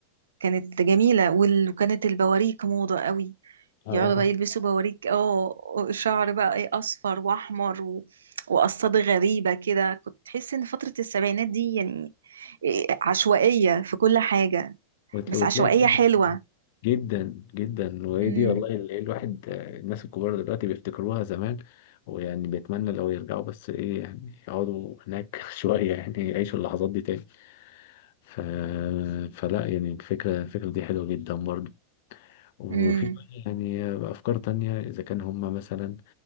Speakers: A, on the right; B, on the left.
A: كانت جميله وال- وكانت البواريك موضه قوي
B: آه.
A: يقعدوا بقى يلبسوا بوريك اه شعر بقى ايه اصفر واحمر و... وقصات غريبه كده كنت تحس ان فتره السبعينات دي يعني إيه، عشوائيه في كل حاجه
B: وت-
A: بس
B: وتلاقي
A: عشوائيه
B: كل-
A: حلوه
B: جدا جدا وهي
A: امم
B: دي والله اللي إيه الواحد آه، الناس الكبار دلوقتي بيفتكروها زمان ويعني بيتمنى لو يرجعوا بس ايه يعني يقعدوا هناك <laughs> شوية يعني يعيشوا اللحظات دي تاني ف... فلا يعني الفكرة الفكرة دي حلوة جدا برضو وفي
A: امم
B: بقى يعني أفكار تانية إذا كان هما مثلا